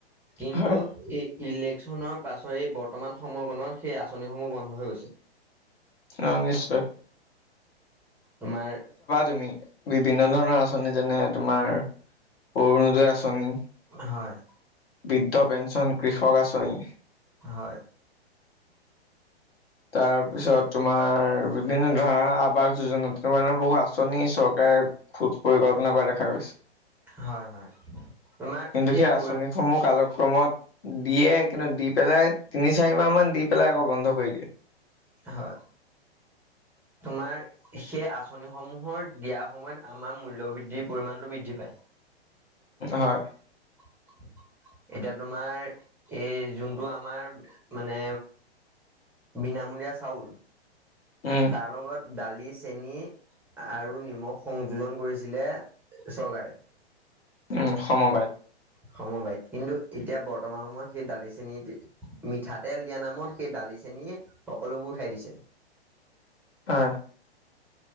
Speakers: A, in the centre; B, on the left.
A: কিন্তু
B: হয়
A: এই ইলেকশ্যনৰ পাছৰে বৰ বৰ্তমান সময়কণত সেই আঁচনিসমূহ বন্ধ হৈ গৈছে
B: অ নিশ্চয়
A: তোমাৰ
B: তুমি বিভিন্ন ধৰণৰ আচনি যেনে তোমাৰ অৰুণোদয় আঁচনি
A: হয়।
B: বৃদ্ধ পেঞ্চন, কৃষক আঁচনি।
A: হয়
B: তাৰপিছত তোমাৰ বিভিন্ন ধৰা আৱাস যোজনা তেনেকুৱা ধৰণৰ বহু আঁচনি চৰকাৰে খুব পৰিকল্পনা কৰা দেখা গৈছে।
A: হয় হয় তোমাৰ
B: কিন্তু সেই আঁচনিসমূহ
A: পৰি
B: কাইল ক্ৰমত দিয়ে কিন্তু দি পেলাই তিনি চাৰি মাহ মান দি পেলাই আকৌ বন্ধ কৰি দিয়ে।
A: হয়
B: <inaudible>
A: তোমাৰ সেই আঁচনিসমূহৰ দিয়াৰ সময়ত আমাৰ মূল্যবৃদ্ধিৰ পৰিমাণটো বৃদ্ধি পায়।
B: হয়
A: <unintelligible> এতিয়া তোমাৰ এই যোনটো আমাৰ মানে বিনামূলীয়া চাউল।
B: উম,
A: তাৰ লগত দালি চেনি আৰু নিমখ সংযোজন কৰিছিলে চৰকাৰে
B: উম সমবায়ত
A: সমবায়িত কিন্তু এতিয়া বৰ্তমান সময়ত সেই দালি চেনী মিঠাতেল দিয়া নামত সেই দালি চেনীয়ে সকলোবোৰ উঠাই দিছে।
B: অহ।